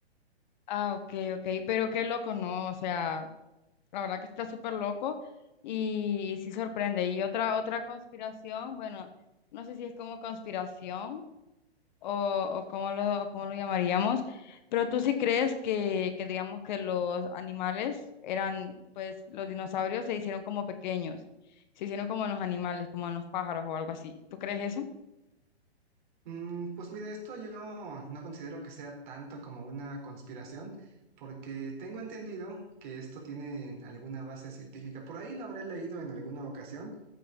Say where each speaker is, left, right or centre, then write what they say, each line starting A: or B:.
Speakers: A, on the left; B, on the right.
A: Ah, ok, ok, pero qué loco, ¿no? O sea, la verdad que está súper loco y, y sí sorprende. Y otra, otra conspiración, bueno, no sé si es como conspiración. o, o cómo lo, o cómo lo llamaríamos, pero tú sí crees que, que digamos que los animales eran, pues los dinosaurios se hicieron como pequeños, se hicieron como en los animales, como en los pájaros o algo así. ¿Tú crees eso?
B: Mm, pues mira, esto yo no considero que sea tanto como una conspiración, porque tengo entendido que esto tiene alguna base científica. Por ahí lo habré leído en alguna ocasión